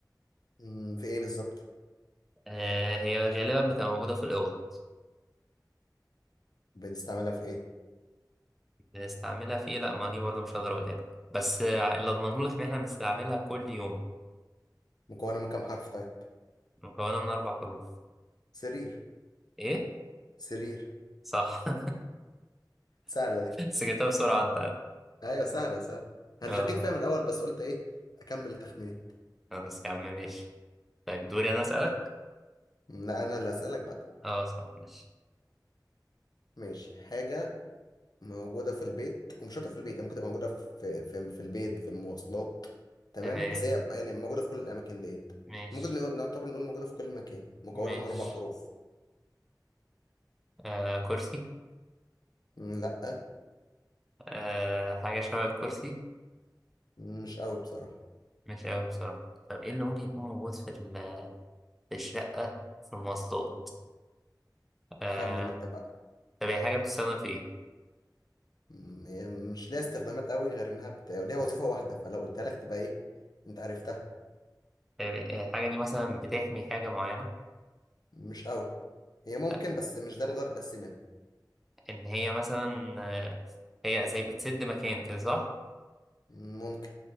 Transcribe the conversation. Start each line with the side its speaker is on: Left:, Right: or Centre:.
Left: مم، في ايه بالظبط
Centre: آه هي غالبا بتبقى موجودة في الأوض
Left: بنستعملها في ايه
Centre: بنستعملها في إيه لأ ما دي برضه مش هقدر أقولها لك بس آه، اللي أضمنه لك إن إحنا بنستعملها كل يوم
Left: مكونه من كام حرف طيب
Centre: مكونة من أربع حروف
Left: سرير
Centre: إيه؟
Left: سرير
Centre: صح <laughs>
Left: سهله دي
Centre: بس جبتها بسرعة أنت
Left: ايوه سهله سهله انا
Centre: آه
Left: شكيت فيها من الاول بس قلت ايه اكمل تخمينات
Centre: خلاص يا عم ماشي طيب دوري أنا أسألك؟
Left: مم، لا انا اللي اسالك بقى
Centre: أه صح ماشي
Left: ماشي حاجه موجوده في البيت ومش شرط في البيت هي ممكن تبقى موجوده في في في البيت في المواصلات تمام
Centre: تمام
Left: بس هي يعني موجوده في كل الاماكن ديت
Centre: ماشي
Left: ممكن نقول نعتبر نقول موجوده في كل مكان مكونه
Centre: ماشي
Left: من اربع حروف
Centre: آه كرسي
Left: مم، لا
Centre: آه حاجة شبه الكرسي
Left: مم، مش قوي بصراحه
Centre: مش أوي بصراحة طب إيه اللي ممكن يكون موجود في ال- في الشقة في المواصلات آه
Left: خمن انت بقى
Centre: طب هي حاجة بتستخدم في إيه؟
Left: مم، هي مش ليها استخدامات قوي غير انها بت... ليها وظيفة واحدة فلو قلتها لك تبقى ايه انت عرفتها
Centre: يعني آه، الحاجة دي مثلا بتحمي حاجة معينة
Left: مش قوي هي ممكن
Centre: آه،
Left: بس مش ده الغرض الاساسي منها
Centre: إن هي مثلا آه، هي زي بتسد مكان كده صح؟
Left: ممكن